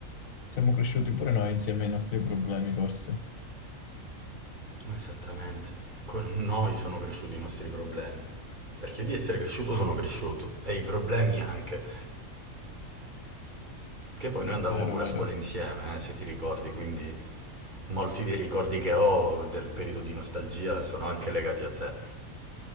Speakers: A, on the left; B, on the right.
A: Siamo cresciuti pure noi insieme ai nostri problemi, forse.
B: Esattamente. Con noi sono cresciuti i nostri problemi. Perché io di essere cresciuto sono cresciuto e i problemi anche. Che poi noi andavamo
A: Vero,
B: pure
A: vero.
B: a scuola insieme, eh, se ti ricordi, quindi molti dei ricordi che ho del periodo di nostalgia sono anche legati a te.